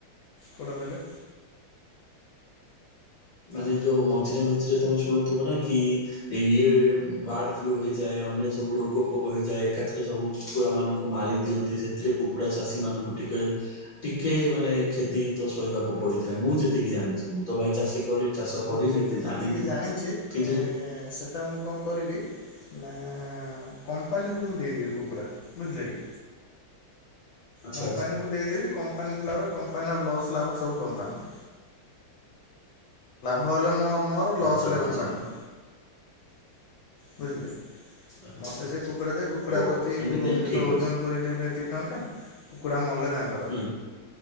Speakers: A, on the left (about 70°); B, on the left (about 30°).
A: କୋଉଟା କହିଲେ?
B: ମାନେ ଯୋଉ ମଝିରେ ମଝିରେ ତମେ ଶୁଣୁଥିବ ନା କି ଇଏ ବାର୍ଡ ଫ୍ଲୁ ହେଇଯାଏ ଅନ୍ୟ ସବୁ ରୋଗ ଫୋଗ ହେଇଯାଏ ଏକାଥରେ ସବୁ। କୁକୁଡ଼ା ମାନଙ୍କୁ ମାରି ଦିଅନ୍ତି ସେଥିରେ କୁକୁଡା ଚାଷୀ ମାନଙ୍କୁ ଟିକେ ଟିକେ ମାନେ କ୍ଷତି ତ ଶହିବାକୁ ପଡିଥାଏ ମୁଁ ଯେତିକି ଜାଣିଛି ମୁଁ ତ ଭାଇ ଚାଷୀ କରି ଚାଷ
A: ମୁଁ
B: କରିନି
A: ସେଠି
B: କି
A: ଯେତିକି
B: ଜାଣିନି
A: ଜାଣିଛି
B: କିନ୍ତୁ
A: ଏଁ ସେଟା ମୁଁ କଣ କରିବି ନା କମ୍ପାନୀକୁ ମୁଁ ଦେଇଦେବି କୁକୁଡ଼ା ବୁଝିଲେ କି।
B: ଆଚ୍ଛା
A: କମ୍ପାନୀକୁ
B: ଆଚ୍ଛା
A: ଦେଇଦେବି କମ୍ପାନୀ ଦେଲା ପରେ କମ୍ପାନୀର ଲସ୍ ଲାଭ ସବୁ କମ୍ପାନୀର। ଭଲ ମୋ ମୋର ଲସ୍
B: ଆଚ୍ଛା
A: ହେଲେ
B: ବୁଝିଲି
A: କମ୍ପାନୀର। ବୁଝିଲେ
B: ଆଚ୍ଛା
A: ମତେ
B: ଆଚ୍ଛା
A: ସେ କୁକୁଡ଼ା ଦେବେ କୁକୁଡ଼ା ଦେବେ କୁକୁଡ଼ା
B: ଓହୋ
A: ପ୍ରତି
B: ସେମିତି
A: କୋ
B: ହେଲେ
A: ଯେତେବେଳେ
B: ଠିକ
A: ଓଜନ
B: ଅଛି
A: କରିକି ଦେମି ଭାଇ ଏତିକି ଟଙ୍କା କୁକୁଡ଼ା ମଲେ ତାଙ୍କର
B: ହୁଁ